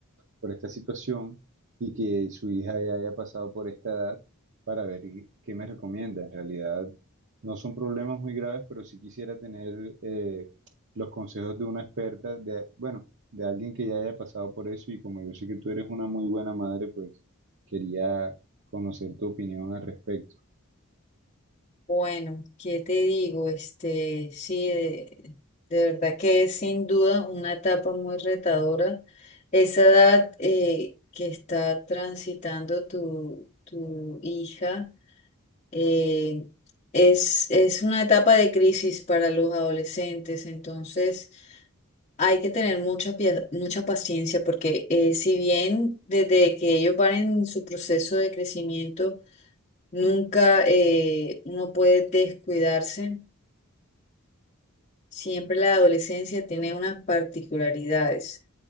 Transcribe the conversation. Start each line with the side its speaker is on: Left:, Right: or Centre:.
Right: por esta situación y que su hija ya haya pasado por esta edad para ver y- qué me recomienda. En realidad no son problemas muy graves, pero sí quisiera tener eh, los consejos de una experta, de, bueno, de alguien que ya haya pasado por eso y como yo sé que tú eres una muy buena madre, pues quería conocer tu opinión al respecto.
Left: Bueno, ¿qué te digo? Este, sí, de, de verdad que es sin duda una etapa muy retadora. Esa edad eh, que está transitando tu, tu hija eh, es, es una etapa de crisis para los adolescentes, entonces hay que tener mucha, pia- mucha paciencia porque eh, si bien desde que ellos van en su proceso de crecimiento, Nunca eh, uno puede descuidarse Siempre la adolescencia tiene unas particularidades